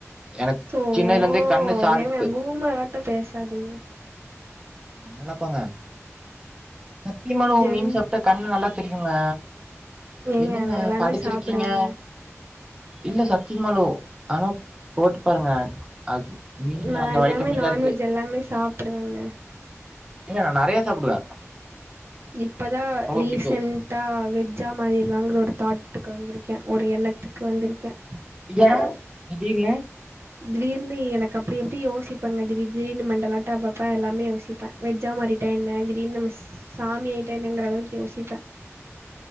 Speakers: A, on the right; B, on the right.
A: எனக்கு
B: சோ
A: சின்னதுல
B: ஓ
A: இருந்தே
B: ஓ
A: கண்ணு சார்ப்பு
B: ஏங்க பூமராட்டு பேசாதிங்க
A: நா நல போங்க சத்திமாளு
B: ஜென்
A: மீன் சாப்ட்டா கண்ணு நல்லா தெரிகுங்க
B: ஏங்க
A: என்னங்க
B: நா எல்லாமே
A: படிச்சிருக்கீங்க
B: சாப்பிடுவேங்க
A: இல்ல சத்திமாலு ஆனா போட்டு பாருங்க அது மீன்ல
B: நா
A: அந்த
B: எல்லாமே
A: வைட்டமின்ல
B: நான்வெஜ்
A: இருக்கு
B: எல்லாமே சாப்டுவங்க
A: ஏங்க நா நறையா சாப்டுவன்
B: இப்பதா ரீசண்ட்டா
A: புடிக்கு
B: வெஜ்ஜா மாரில்லாங்கிற ஒரு தாட் டுக்கு வந்துருக்கேன் ஒரு எண்ணத்துக்கு வந்துருக்கேன்
A: ஏன் திடீர்னு
B: திடீர்னு எனக்கு அப்டி இப்டி யோசிப்பங்க திடீர் திடீர்னு மெண்டலாட்டு அப்பப்ப எல்லாமே யோசிப்பேன் வெஜ்ஜா மாறிட்டா என்ன திடீர்னு நம்ம சாமிய ஆயிட்டா என்னங்கிற அளவுக்கு யோசிப்பே